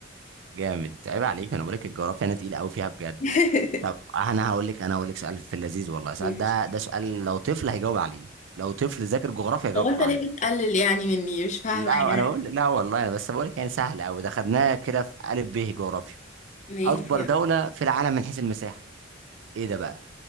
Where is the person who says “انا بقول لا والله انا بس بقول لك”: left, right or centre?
Right